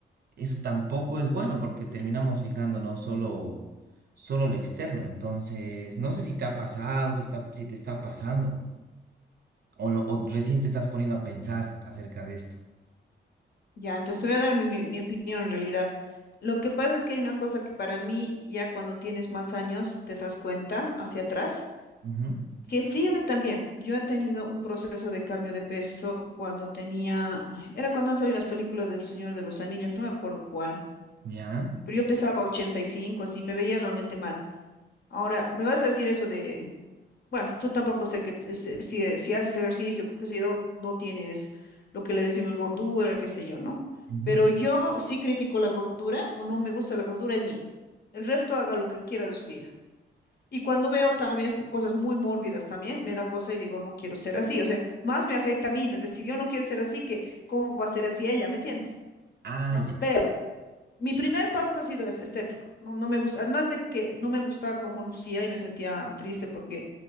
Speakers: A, on the right; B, on the left.
A: eso tampoco es bueno porque terminamos fijándonos solo, solo lo externo. Entonces, no sé si te ha pasado, si está, si te está pasando, o, lo, o recién te estás poniendo a pensar acerca de esto.
B: Ya, entonces te voy a dar mi, mi, mi opinión en realidad. Lo que pasa es que hay una cosa que para mí, ya cuando tienes más años, te das cuenta hacia atrás,
A: Ujú,
B: que sí, yo también. Yo he tenido un proceso de cambio de peso cuando tenía, ay, era cuando han salido las películas del Señor de los Anillos, no me acuerdo cuál,
A: Ya.
B: pero yo pesaba Ya. ochenta y cinco así me veía realmente mal. Ahora, me vas a decir eso de, bueno, tú tampoco sé que t- este, si, si haces ejercicio, qué sé yo, no tienes lo que le decimos gordura, qué sé yo, ¿no?
A: ujú.
B: Pero yo sí critico la gordura o no me gusta la gordura en mí. El resto haga lo que quiera de su vida. Y cuando veo también cosas muy mórbidas también, me da cosa y digo, no quiero ser así. O sea, más me afecta a mí de decir, yo no quiero ser así que cómo va a ser así ella, ¿me entiendes?
A: Ah,
B: ¿No?
A: ya.
B: Pero mi primer paso ha sido ese, estético. No, no me gusta, además de que no me gustaba cómo lucía y me sentía triste porque